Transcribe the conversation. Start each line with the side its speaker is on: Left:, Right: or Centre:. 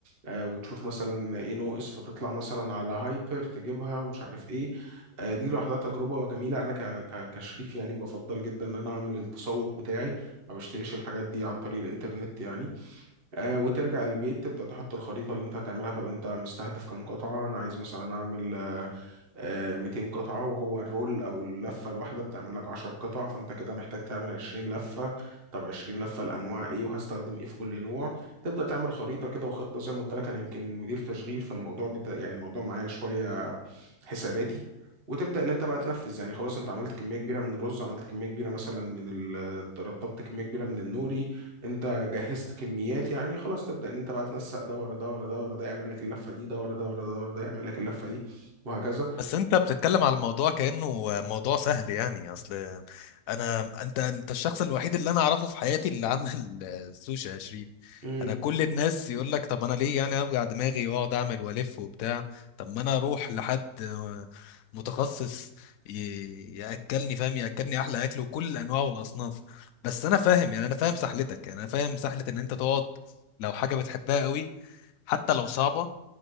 Right: آه، وتشوف مثلا ايه ناقص فتطلع مثلا على هايبر تجيبها ومش عارف ايه آه، دي لوحدها تجربه جميله انا ك ك كشريك يعني بفضل جدا ان انا اعمل التسوق بتاعي ما بشتريش الحاجات دي عن طريق الانترنت يعني آه، وترجع البيت تبدأ تحط الخريطة اللي انت هتعملها طب انت مستهدف كام قطعة انا عايز مثلا اعمل آه، آه، 200 قطعة وهو الرول أو اللفة الواحدة بتعمل لك 10 قطع فأنت كده محتاج تعمل 20 لفة طب 20 لفة الأنواع إيه وهستخدم إيه في كل نوع تبدأ تعمل خريطة كده وخطة زي ما قلت لك أنا يمكن مدير تشغيل فالموضوع بتا... يعني الموضوع معايا شوية حساباتي وتبدا ان انت بقى تنفذ يعني خلاص انت عملت كميه كبيره من الرز عملت كميه كبيره مثلا من ال... رطبت كميه كبيره من النوري انت جهزت كميات يعني خلاص تبدا ان انت بقى تنسق ده ورا ده ورا ده ورا ده يعمل لك اللفه دي ده ورا ده ورا ده ورا ده يعمل لك اللفه دي وهكذا
Left: بس انت بتتكلم على الموضوع كأنه موضوع سهل يعني اصل انا انت انت الشخص الوحيد اللي انا اعرفه في حياتي اللي عمل <laughs> سوشي يا شريف
Right: امم
Left: انا كل الناس يقول لك طب انا ليه يعني اوجع دماغي واقعد اعمل والف وبتاع طب ما انا اروح لحد متخصص ي- ياكلني فاهم ياكلني احلى اكل وكل الانواع والاصناف بس انا فاهم يعني انا فاهم سحلتك يعني انا فاهم سحلة ان انت تقعد لو حاجة بتحبها قوي حتى لو صعبة